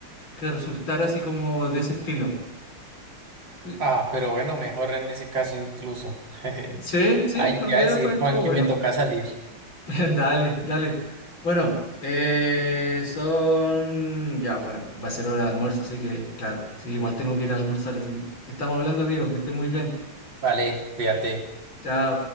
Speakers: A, on the left; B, on the right.
A: que resultara así como de ese estilo. Fue-
B: Ah, pero bueno, mejor en ese caso incluso. <laughs>
A: Sí, sí,
B: Ay, te
A: en realidad
B: iba a decir,
A: fue, estuvo
B: Juan, que
A: bueno.
B: me toca salir.
A: <laughs> Dale, dale. Bueno, eh, son... Ya, bueno, va a ser hora de almuerzo, así que claro, sí, igual tengo que ir a almorzar, así. Estamos hablando, amigo, que estés muy bien.
B: Vale, cuídate.
A: Chao.